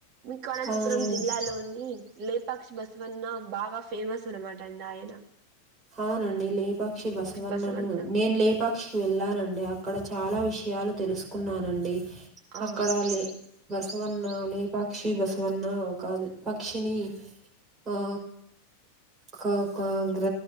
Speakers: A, on the right; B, on the right.
A: మీకు అనంతపురం
B: అవునండి
A: జిల్లాలోని లేపాక్షి బస్ సవన్న బాగా ఫేమస్ అన్నమాట అడా ఆయన
B: అవునండి లేపాక్షి బసవన్నను
A: బసవన్న
B: నేను లేపాక్షికి వెళ్ళానండి అక్కడ చాలా విషయాలు తెలుసు కున్నానండి
A: ఆ
B: అక్కడ లే బసవన్న లేపాక్షి బసవన్న ఒక పక్షిని ఆ గ గ గ్ర